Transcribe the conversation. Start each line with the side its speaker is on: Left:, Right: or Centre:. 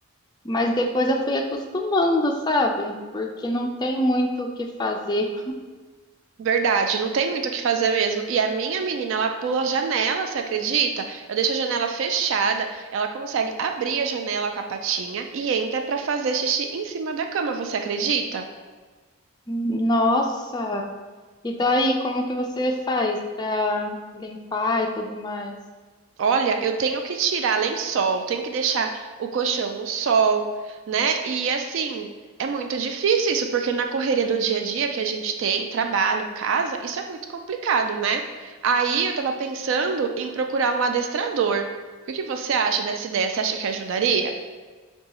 Left: Mas depois eu fui acostumando, sabe? Porque não tem muito o que fazer.
Right: Verdade, não tem muito o que fazer mesmo. E a minha menina, ela pula a janela, você acredita? Eu deixo a janela fechada, ela consegue abrir a janela com a patinha e entra pra fazer xixi em cima da cama, você acredita?
Left: Nossa! E daí, como que você faz para limpar e tudo mais?
Right: Olha, eu tenho que tirar lençol, tenho que deixar o colchão no sol, né? E assim, é muito difícil isso, porque na correria do dia a dia que a gente tem, trabalho, casa, isso é muito complicado, né? Aí eu tava pensando em procurar um adestrador. E O que você acha dessa ideia? Você acha que ajudaria?